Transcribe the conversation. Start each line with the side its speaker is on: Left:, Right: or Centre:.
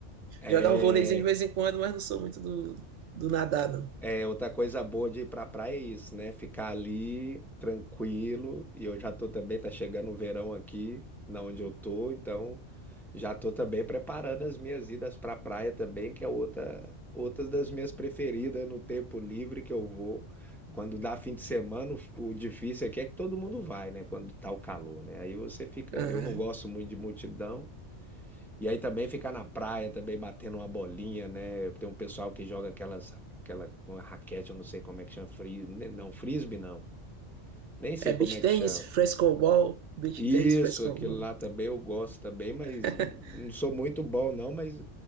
Centre: É,
Right: Jogar um vôleizinho de vez em quando, mas não sou muito do, do nadar, não.
Centre: é outra coisa boa de ir pra praia é isso, né? Ficar ali tranquilo. E eu já tô também, tá chegando o verão aqui, na onde eu tô, então já tô também preparando as minhas idas pra praia também, que é outra, outras das minhas preferidas né? no tempo livre que eu vou. Quando dá fim de semana, o o difícil aqui é que todo mundo vai, né? Quando tá o calor, né? Aí você fica,
Right: Aham.
Centre: eu não gosto muito de multidão. E aí também ficar na praia, também batendo uma bolinha, né? Tem um pessoal que joga aquelas, aquela uma raquete, eu não sei como é que chama, fris, ne- não, frisbee não. Nem sei
Right: É beach
Centre: como é que
Right: tennis,
Centre: chama.
Right: frescobol, beach
Centre: Isso,
Right: tennis, frescobol.
Centre: aquilo lá também eu gosto também, mas
Right: <laughs>
Centre: não sou muito bom não, mas